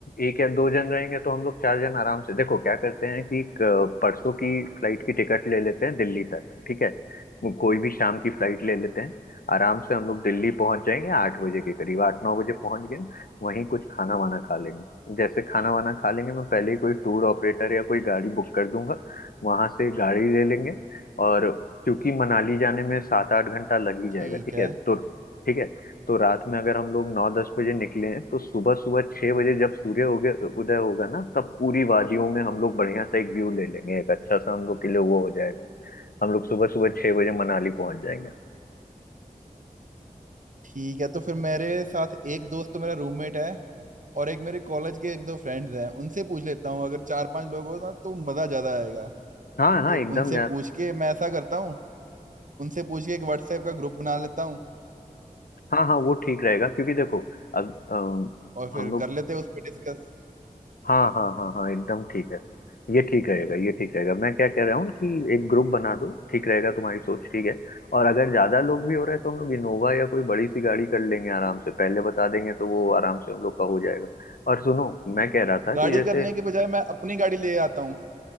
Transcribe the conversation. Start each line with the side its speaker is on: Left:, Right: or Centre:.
Left: एक या दो जन रहेंगे तो हम लोग चार जन आराम से देखो क्या करते हैं कि क- परसों की फ्लाइट की टिकट ले लेते हैं दिल्ली तक ठीक है वो कोई भी शाम की फ्लाइट ले लेते हैं आराम से हम लोग दिल्ली पहुंच जाएंगे आठ बजे के करीब आठ नौ बजे पहुंच गए वहीं कुछ खाना वाना खा लेंगे जैसे खाना वाना खा लेंगे मैं पहले ही कोई टूर ऑपरेटर या कोई गाड़ी बुक कर दूंगा वहां से गाड़ी ले लेंगे और क्योंकि मनाली जाने में सात आठ घंटा लग ही जाएगा
Right: ठीक
Left: ठीक
Right: है
Left: है तो ठीक है तो रात में अगर हम लोग नौ दस बजे निकले हैं तो सुबह सुबह छह बजे जब सूर्य उगे उदय होगा ना तब पूरी वादियों में हम लोग बढ़िया सा एक व्यू ले लेंगे एक अच्छा सा हम लोग के लिए वो हो जाएगा हम लोग सुबह सुबह छह बजे मनाली पहुंच जाएंगे
Right: ठीक है तो फिर मेरे साथ एक दोस्त तो मेरा रूममेट है और एक मेरे कॉलेज के एक दो फ्रेंड्स हैं उनसे पूछ लेता हूँ अगर चार पांच लोग हो ना तो मज़ा ज़्यादा आएगा
Left: हाँ हाँ
Right: तो
Left: एकदम
Right: उनसे
Left: यार
Right: पूछ के मैं ऐसा करता हूँ उनसे पूछ के एक व्हाट्सएप का ग्रुप बना लेता हूँ
Left: हाँ हाँ वो ठीक रहेगा क्योंकि देखो अब अम,
Right: और फिर
Left: हम लोग
Right: कर लेते हैं उस पर डिस्कस
Left: हाँ हाँ हाँ हाँ एकदम ठीक है ये ठीक रहेगा ये ठीक रहेगा मैं क्या कह रहा हूँ कि एक ग्रुप बना दो ठीक रहेगा तुम्हारी सोच ठीक है और अगर ज्यादा लोग भी हो रहे हैं तो हम लोग इनोवा या कोई बड़ी सी गाड़ी कर लेंगे आराम से पहले बता देंगे तो वो आराम से हम लोग का हो जाएगा और सुनो मैं कह रहा था कि
Right: गाड़ी
Left: जैसे
Right: करने के बजाय मैं अपनी गाड़ी ले आता हूँ